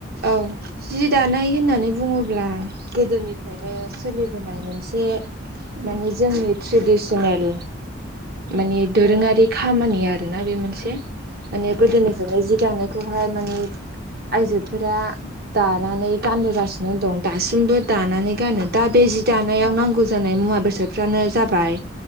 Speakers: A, on the right; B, on the right.
A: औ जि दानाय होननानै बुङोब्ला गोदोनिफ्रायनो सोलिगोन मोनसे
B: औ
A: माने जोंनि ट्रेडिसनेल माने दोरोङारि
B: औ
A: खामानि आरोना बे मोनसे माने गोदोनिफ्रायनो जि दानायखौहाय माने आयजोोब फोर दानानै गानबोोगासिनो दं दासिमबो दानानै गानो दा बे जि दानायाव
B: औ
A: नांगौ जानाय मुवा बेसादफ्रानो जाबाय